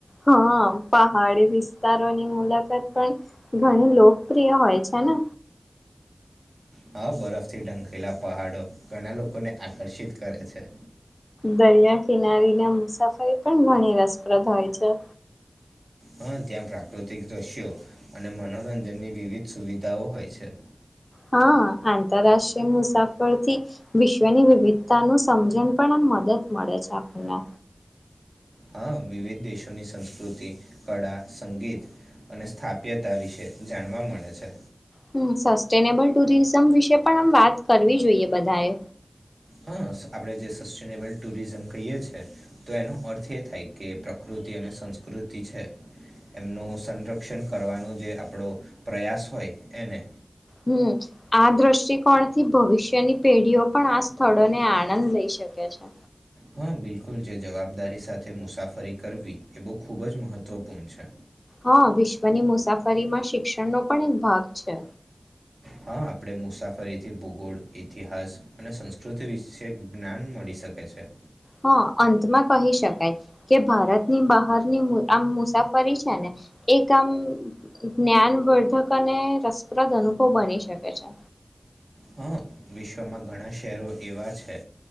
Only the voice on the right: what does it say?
હા બરા થી ઢંકેલા પહાડો. ઘણા લોકોને આકર્ષિત કરે છે.
હા ત્યાં પ્રાકૃતિક દ્રશ્યો, અને મનોરંજનની વિવિધ સુવિધાઓ હોય છે.
હા વિવિધ દેશોની સંસ્કૃતિ, કળા, સંગીત અને સ્થાપ્યતા વિશે જાણવા મળે છે.
હા આપણે જે સસ્ટેનેબલ ટુરિઝમ કહીય છીએ, તો એનો અર્થ એ થાય કે પ્રકૃતિ અને સંસ્કૃતિ છે, એમનો સંરક્ષણ કરવાનો જે આપણો પ્રયાસ હોય એને
હા બિલકુલ જે જવાબદારી સાથે મુસાફરી કરવી એ બહુ ખૂબ જ મહત્વપૂર્ણ છે.
હા આપણેે મુસાફરીથી ભૂગોળ ઇતિહાસ અને સંસ્કૃતિ વિશે જ્ઞાન મળી શકે છે.
હા વિશ્વમાં ઘણા શહેરો એવા છે